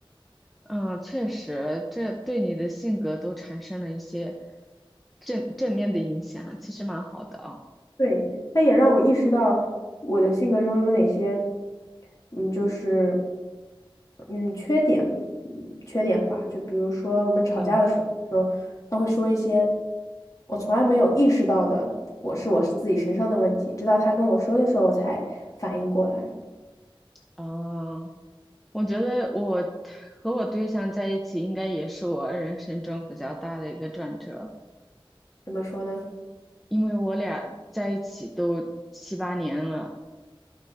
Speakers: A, in the centre; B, on the left (about 35°).
A: 嗯，确实，这对你的性格都产生了一些正正面的影响，其实蛮好的啊。
B: 对，它也让我意识到我的性格中有哪些，嗯，就是嗯缺点，嗯缺点吧。就比如说我们吵架的时候，
A: 嗯
B: 他会说一些我从来没有意识到的，我是我是自己身上的问题，直到他跟我说的时候，我才反应过来。
A: 啊，我觉得我和我对象在一起，应该也是我人生中比较大的一个转折，
B: 怎么说呢？
A: 因为我俩在一起都七八年了。